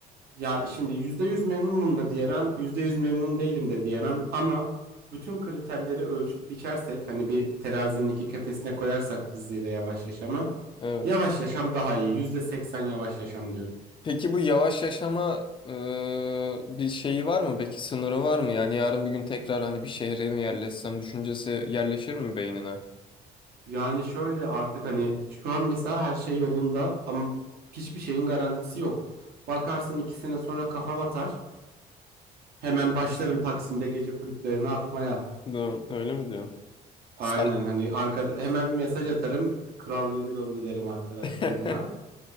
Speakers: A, on the right (about 65°); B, on the left (about 30°).
A: Ya şimdi %100 memnunum da diyemem, %100 memnun değilim de diyemem ama bütün kriterleri ölçüp biçersek hani bir terazinin iki kefesine koyarsak hızlıyla yavaş yaşamı
B: Evet.
A: yavaş yaşam daha iyi. %80 yavaş yaşam diyorum.
B: Peki bu yavaş yaşama e, bir şeyi var mı? Peki sınırı var mı? Yani yarın bir gün tekrar hani bir şehre mi yerleşsem düşüncesi yerleşir mi beynine?
A: Yani şöyle artık hani şu an mesela her şey yolunda ama hiçbir şeyin garantisi yok. Bakarsın iki sene sonra kafam atar. Hemen başlarım Taksim'de gece kulüplerine akmaya.
B: Bu- Öyle mi diyorsun?
A: Aynen
B: Sar
A: hani arkada hemen bir mesaj atarım. Kral geri döndü derim arkadaş
B: <laughs>
A: grubuna.